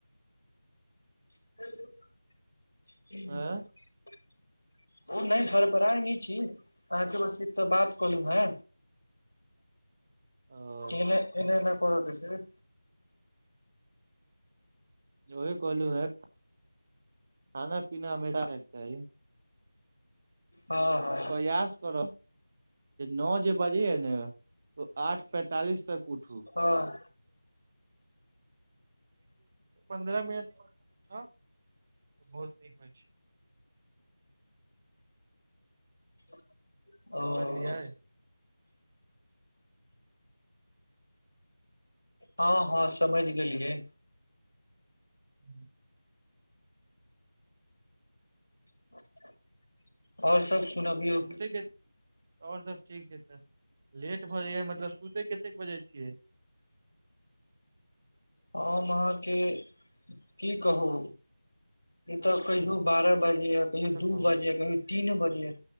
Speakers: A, on the left; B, on the right.
A: <inaudible>
B: हँ
A: ओ नहि हरबड़ाइ नै छी अहाँके बस एक टा बात कहलू हें
B: और
A: एने एने एना कर दै छै
B: यही कहलू है खाना पीना हमेशा के चाही
A: हँ हँ
B: प्रयास करू नो ए जे बजे ह ने त आठ पैंतालिस तक उठू
A: हँ
B: पन्द्रह मिनट बहुत नीक होइ छै
A: <unintelligible> ओ
B: समझलियै
A: हँ हँ समझ गेलियै
B: हूँ
A: <unintelligible> आओर
B: आब
A: सब सुनबियौ
B: पूछे के <unintelligible> आओर सब ठीक हइ तऽ लेट भऽ जाइया मतलब सुतै कतेक बजे छियै
A: हम अहाँके की कहू ई तऽ कहियो बारह बजे कहियो
B: ओ तऽ
A: दू
B: कहू
A: बजे कहियो तीन बजे